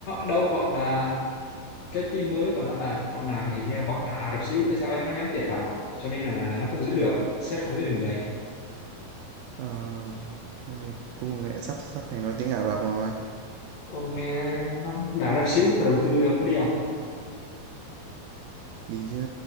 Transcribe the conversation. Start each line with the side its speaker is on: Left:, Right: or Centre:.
Left: đâu bọn là cái team mới của nó là bọn nào nhỉ? hình như là bọn là Ả Rập Xê Út hay sao ấy nó ném tiền vào cho nên là nó không giữ được sét không giữ được người
Right: Ờ, thế cùng lại sắp sắp thành nói tiếng Ả Rập rồi.
Left: ông nghe nó là Ả Rập Xê Út mà đầu tư ông có đi không
Right: Đi chứ,